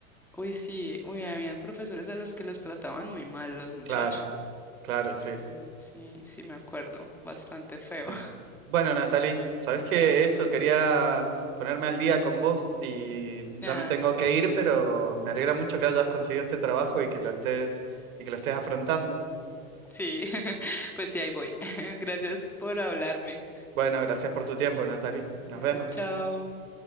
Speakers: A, in the centre; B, on the right.
A: Uy, sí. Uy, habían profesores a los que los trataban muy mal los muchachos.
B: Claro, claro, sí,
A: Uy, sí, sí, me acuerdo. Bastante feo.
B: sí.
A: <laughs>
B: Bueno, Natalie, sabés que eso quería ponerme al día con vos y ya
A: Ah,
B: me tengo que ir, pero me alegra mucho que hayas conseguido este trabajo y que lo estés y que lo estés afrontando.
A: sí. <laughs> Pues sí, ahí voy. <laughs> Gracias por hablarme.
B: Bueno, gracias por tu tiempo, Natalie.
A: Dale,
B: Nos vemos.
A: chao.